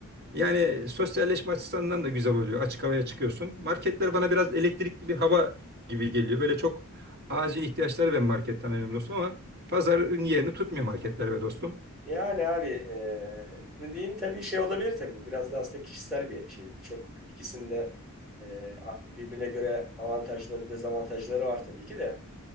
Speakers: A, on the right; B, in the centre.
A: yani sosyalleşme açısından da güzel oluyor. Açık havaya çıkıyorsun. Marketler bana biraz elektrikli bir hava gibi geliyor. Böyle çok acil ihtiyaçları ben marketten alıyorum dostum ama pazarın yerini tutmuyor marketler be dostum.
B: Yani abi e, dediğin tabii şey olabilir tabii. Biraz da aslında kişisel bir şey. Birçok ikisinde e, a- birbirine göre avantajları, dezavantajları var tabii ki de.